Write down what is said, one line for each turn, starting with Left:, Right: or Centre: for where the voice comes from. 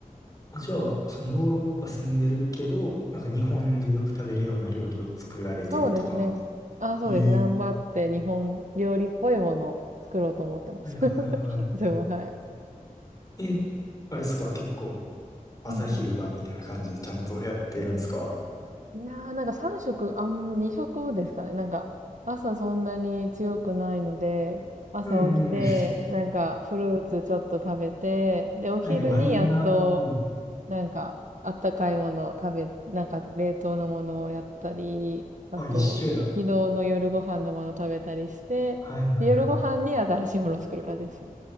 Left: あじゃあ、そのヨーロッパ住んでるけど、なんか日本でよく食べるような料理を作られてるって感じです。
Right: そうですね。あ、そうです。
Left: ええ。
Right: 頑張って日本料理っぽいものを作ろうと思ってます。
Left: はいはいはいは
Right: <laughs> いつも、はい。
Left: い。え、あれですか、結構朝昼晩みたいな感じでちゃんとやってるんですか
Right: うんうん。いやー、なんか3食、あん、2食ですかね。なんか、朝そんなに強くないので、朝起きて、
Left: うんうん。
Right: なんか、フルーツちょっと食べて、で、お昼にやっと、
Left: はいわ、いいな。うん。
Right: なんか、あったかいものを食べ、なんか、冷凍のものをやったり、あと、
Left: あ、一緒や。
Right: 昨日の夜ご飯のものを食べたりして、
Left: はいはいはい。
Right: で夜ご飯に新しいものを作る感じですね。